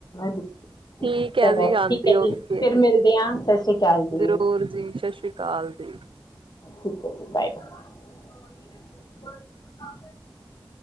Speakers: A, on the left (about 55°); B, on the right (about 85°).
A: ਜ
B: ਠੀਕ ਹੈ
A: ਚਲੋ
B: ਜੀ
A: ਠੀਕ
B: ਹਾਂਜੀ
A: ਹੈ
B: ਓਕੇ
A: ਜੀ ਫਿਰ ਮਿਲਦੇ ਹਾਂ ਸਤਿ ਸ੍ਰੀ ਅਕਾਲ ਜੀ
B: ਜ਼ਰੂਰ ਜੀ ਸਤਿ ਸ੍ਰੀ ਅਕਾਲ ਜੀ
A: ਠੀਕ ਹ ਜੀ ਬਾਏ ਜੀ ਬਾਏ